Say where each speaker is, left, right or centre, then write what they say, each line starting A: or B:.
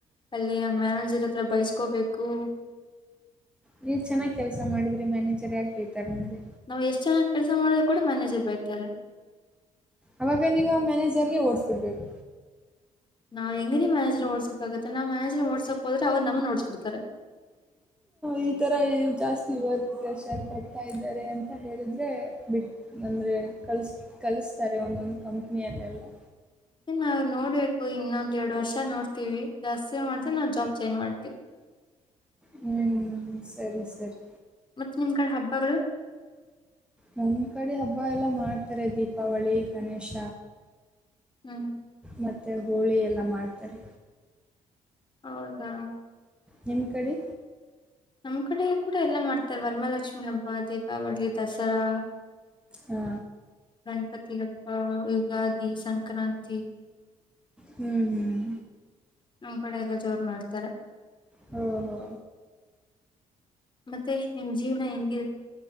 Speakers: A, on the left; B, in the centre.
A: ಅಲ್ಲಿ ಮ್ಯಾನೇಜರ್ ಹತ್ರ ಬೈಸ್ಕೋಬೇಕು
B: ನೀವ್ ಚೆನ್ನಾಗ್ ಕೆಲಸ ಮಾಡಿದ್ರಿ ಮನೇಜರಿಯಾಗಿ ಬಯತಾರ ನಿಮ್ದಗೆ
A: ನಾವ್ ಎಷ್ಟ್ ಚನ್ನಗ ಕೆಲಸ ಮಾಡಿದ್ರು ಕೂಡ ಮ್ಯಾನೇಜರ್ ಬೈತಾರೆ
B: ಅವಾಗ ನೀವು ಆ ಮ್ಯಾನೇಜರ್ಗೆ ಓಡಸ್ಬಿಡ್ಬೇಕು
A: ನಾವ್ ಹೆಂಗಿ ಮ್ಯಾನೇಜರ್ ನಾ ಓಡ್ಸಕ್ ಆಗುತ್ತೆ ನಾವ್ ಮ್ಯಾನೇಜರ್ ನ ಹೊಡ್ಸಕ್ ಹೋದ್ರೆ ಅವ್ರ್ ನಮ್ಮನ್ನು ಹೊಡುಸ್ಬಿಡ್ತಾರೆ
B: ಇತರ ಜಾಸ್ತಿ ವರ್ಕ್ ಪ್ರೆಶರ್ ಕೊಡ್ತಾ ಇದಾರೆ ಅಂತ ಹೇಳಿದ್ರೆ ಬಿಟ್ ಬಂದ್ ಏ ಕಲ್ ಕಲಸ್ತಾರೆ ಒಂದೊಂದು ಕಂಪನಿಯಲ್ಲಿಎಲ್ಲಾ
A: ಏನ್ ನೋಡಬೇಕು ಇನ್ನೊಂದೆರಡು ವರ್ಷ ನೋಡ್ತೀವಿ ಜಾಸ್ತಿ ಮಾಡಿದ್ರೆ ನಾವು ಜಾಬ್ ಚೇಂಜ್ ಮಾಡ್ತೀವಿ
B: ಹೂಂ ಸರೀ ಸರಿ
A: ಮತ್ ನಿಮ್ ಕಡೆ ಹಬ್ಬಗಳು
B: ನಮ್ಮ ಕಡೆ ಹಬ್ಬ ಎಲ್ಲ ಮಾಡ್ತಾರೆ ದೀಪಾವಳಿ ಗಣೇಶ
A: ಹೂಂ
B: ಮತ್ತೆ ಹೋಳಿ ಎಲ್ಲ ಮಾಡ್ತಾರೆ
A: ಹೌದಾ
B: ನಿಮಕಡೆ
A: ನಮ್ಮ ಕಡೆ ಕೂಡ ಎಲ್ಲ ಮಾಡ್ತಾರೆ ವರಮಹಾಲಕ್ಷ್ಮಿ ದೀಪಾವಳಿ ದಸರಾ
B: ಹಾ
A: ಗಣಪತಿ ಹಬ್ಬ ಯುಗಾದಿ ಸಂಕ್ರಾಂತಿ
B: ಹೂಂ ಹೂಂ
A: ನಮ್ ಕಡೆ ಎಲ್ಲಾ ಜೋರ್ ಮಾಡ್ತಾರ
B: ಹಾ ಹಾ
A: ಮತ್ತೆ ನಿಮ್ ಜೀವನ ಹೆಂಗಿ